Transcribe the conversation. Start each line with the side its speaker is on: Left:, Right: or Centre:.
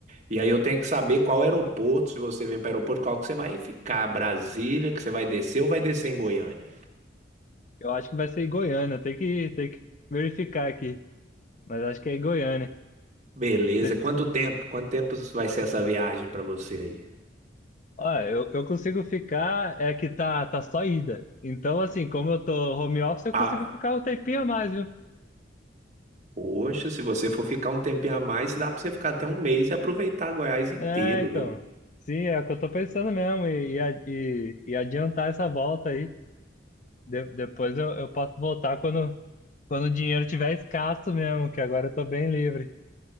Right: E aí eu tenho que saber qual aeroporto, se você vem para o aeroporto, qual que você vai ficar, Brasília, que você vai descer ou vai descer em Goiânia?
Left: eu acho que vai ser em Goiânia, tem que, tem que verificar aqui. Mas acho que é em Goiânia.
Right: Beleza,
Left: Você,
Right: quanto tempo? Quanto tempo vai ser essa viagem para você aí?
Left: ó, eu, eu consigo ficar, é que tá, tá só ida. Então, assim, como eu tô home office, eu
Right: Ah,
Left: consigo ficar um tempinho a mais, viu?
Right: poxa, se você for ficar um tempinho a mais, dá para você ficar até um mês e aproveitar Goiás inteiro,
Left: É, então.
Right: viu?
Left: Sim, é o que eu tô pensando mesmo, e, e, a- e- e adiantar essa volta aí. De- depois eu, eu posso voltar quando. Quando o dinheiro tiver escasso mesmo, que agora eu tô bem livre.